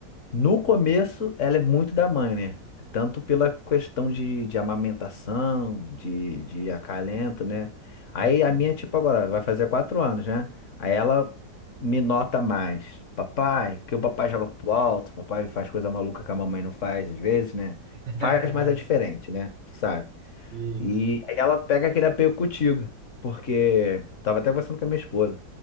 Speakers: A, on the left (about 50°); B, on the right (about 55°).
A: No começo, ela é muito da mãe, né? Tanto pela questão de, de amamentação, de, de acalento, né? Aí
B: Hum.
A: a minha, tipo, agora vai fazer quatro anos, né? Aí ela me nota mais. Papai, que o papai joga pro alto, papai faz coisa maluca que a mamãe não faz às vezes, né?
B: <laughs>
A: Faz, mas é diferente, né? Tu Sabe?
B: Sim,
A: E
B: sim.
A: aí ela pega aquele apego contigo, porque eu tava até conversando com a minha esposa.